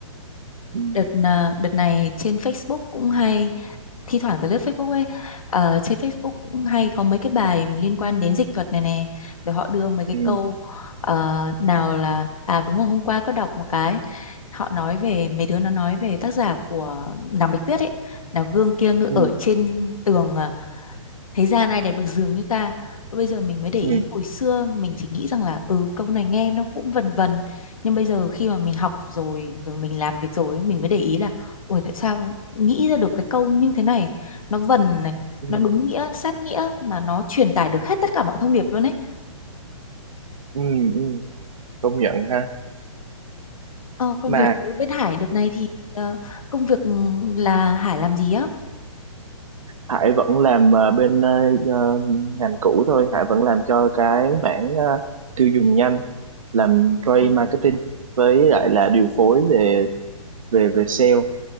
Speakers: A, on the right; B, on the left.
A: ừ.
B: đợt à, đợt này trên Facebook cũng hay thi thoảng tới lướt Facebook ấy ờ, trên Facebook cũng hay có mấy cái bài liên quan đến dịch thuật này nè rồi họ đưa mấy cái
A: ừ
B: câu ờ, nào là à đúng rồi hôm qua có đọc một cái họ nói về mấy đứa nó nói về tác giả của nàng Bạch Tuyết ấy là gương kia ngự
A: ừ
B: ở trên tường à, thế gian ai đẹp được giường như ta bây giờ mình mới để ý
A: ừ
B: hồi xưa mình chỉ nghĩ rằng là ừ câu này nghe nó cũng vần vần nhưng bây giờ khi mà mình học rồi rồi mình làm việc rồi ấy, mình mới để ý là ủa tại sao nghĩ ra được cái câu như thế này nó vần này
A: ừ
B: nó đúng nghĩa sát nghĩa mà nó truyền tải được hết tất cả mọi thông điệp luôn ấy
A: ừ ừ công nhận ha
B: ờ, còn
A: mà
B: về phía bên Hải đợt này thì ờ, công việc ừ, là Hải làm gì á
A: Hải vẫn làm ờ, bên ờ, ờ, ngành cũ thôi Hải vẫn làm cho cái mảng ờ, tiêu dùng nhanh làm trade
B: anh
A: marketing với lại là điều phối về về về sale